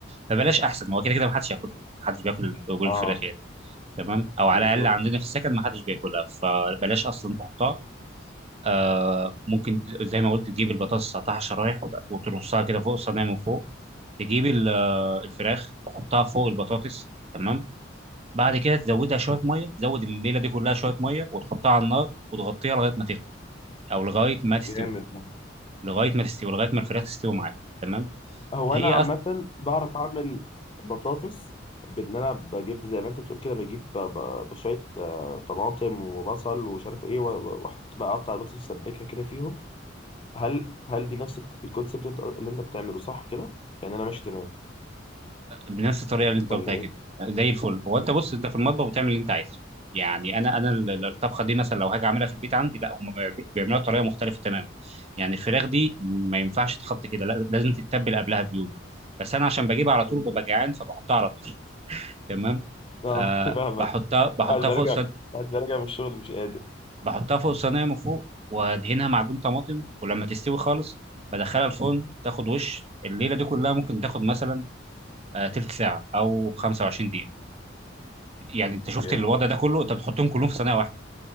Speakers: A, on the right; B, on the left.
A: فبلاش احسن هو كده كده ما حدش ياكلها ما حدش بياكل رجول
B: اه
A: الفراخ يعني تمام او على
B: بالظبط
A: الاقل عندنا في السكن ما حدش بياكلها فبلاش اصلا تحطها آه ممكن زي ما قلت تجيب البطاطس تقطعها شرايح وت- وترصها كده فوق الصينيه من فوق تجيب ال- آه، الفراخ تحطها فوق البطاطس تمام بعد كده تزودها شويه ميه تزود الليله دي كلها شويه ميه وتحطها على النار وتغطيها لغايه ما تغلي او لغايه ما تستوي
B: جامد ده
A: لغايه ما تستوي لغايه ما الفراخ تستوي معاك تمام
B: هو
A: هي
B: انا عامه
A: اصلا
B: بعرف اعمل بطاطس بان انا بجيب زي ما انت بتقول كده بجيب ب- ب- بشويه آه، طماطم وبصل ومش عارف ايه و- و- واحط بقى اقطع البطاطس اسبكها كده فيهم هل هل دي نفس الك- الكونسبت انت- اللي انت بتعمله صح كده يعني انا ماشي تمام
A: بنفس الطريقه اللي انت
B: ولا
A: قلتها
B: ايه
A: كده زي الفل هو انت بص انت في المطبخ بتعمل اللي انت عايزه يعني انا انا ال- ال- الطبخه دي مثلا لو هاجي اعملها في البيت عندي لا هم بيعملوها بيعملوها بطريقه مختلفه تماما يعني الفراخ دي ما ينفعش تتحط كده لا لازم تتبل قبلها بيوم بس انا عشان بجيبها على طول
B: مم.
A: ببقى جعان فبحطها على طول <laughs> تمام
B: اه
A: آه
B: <laughs> فاهمك
A: بحطها بحطها
B: بعد ما
A: فوق
B: راجع
A: السد
B: بعد ما راجع من الشغل مش قادر
A: بحطها فوق الصينيه من فوق وادهنها معجون طماطم ولما تستوي خالص بدخلها الفرن تاخد وش الليله دي كلها ممكن تاخد مثلا آه، تلت ساعه او 25 دقيقه يعني انت شفت
B: جامد
A: الوضع ده كله انت بتحطهم كلهم في صينيه واحده